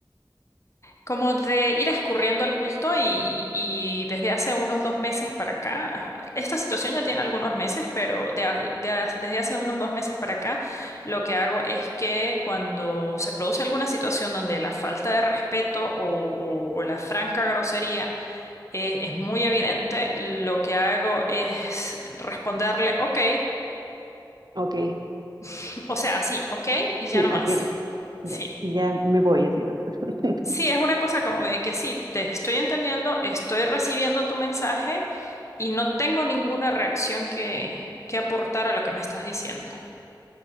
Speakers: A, on the left; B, on the right.
A: como de ir escurriendo el bulto y, y- y desde hace unos dos meses para acá, esta situación ya tiene algunos meses, pero de al- de as- desde hace unos dos meses para acá, lo que hago es que cuando se produce alguna situación donde la falta de respeto o, o- o la franca grosería eh, es muy evidente, lo que hago es responderle, ok,
B: Ok,
A: <laughs> o sea, sí, ok y ya
B: Sí,
A: no más.
B: ok, ya,
A: Sí.
B: ya me voy así, ¿no? <laughs>
A: Sí, es una cosa como de que sí, te estoy entendiendo, estoy recibiendo tu mensaje y no tengo ninguna reacción que, que aportar a lo que me estás diciendo.